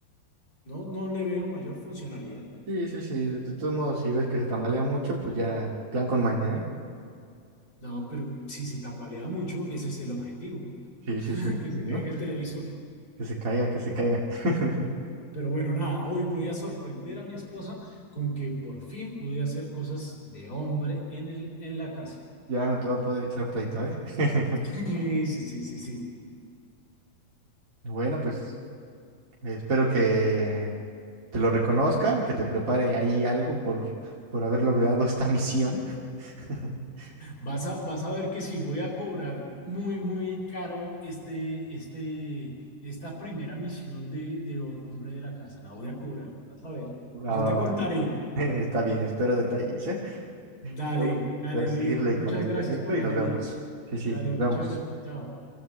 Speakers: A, on the left (about 25°); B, on the right (about 30°).
A: no, no le veo mayor funcionalidad.
B: Sí, sí, sí. De todos modos, si ves que se tambalea mucho, pues ya, plan con maña, ¿eh?
A: No, pero si se tambalea mucho, ese es el objetivo,
B: Sí, sí,
A: <laughs>
B: sí.
A: que
B: Digo,
A: se caiga el televisor.
B: Que se caiga, que se caiga. <laughs>
A: Pero bueno, nada, hoy voy a sorprender a mi esposa con que por fin pude hacer cosas de hombre en el, en la casa. <laughs>
B: Ya no te va a poder echar pleito, ¿eh? <laughs>
A: Sí, sí, sí, sí, sí.
B: Bueno, pues. Espero que te lo reconozca, que te prepare ahí algo por, por haber logrado esta misión. <laughs>
A: Vas a, vas a ver que sí, voy a cobrar muy, muy caro este, este, esta primera misión de, de hombre de la casa. La voy a cobrar. Vas a ver.
B: Va,
A: Yo
B: va,
A: te contaré.
B: va. <laughs> Está bien, espero detalles, ¿eh?
A: Dale,
B: Yo
A: dale,
B: yo voy a seguirle
A: Luis. Muchas
B: con mi proyecto
A: gracias por
B: y
A: la
B: nos
A: ayuda.
B: vemos. Sí, sí,
A: Dale,
B: nos vemos.
A: muchas gracias. Chao.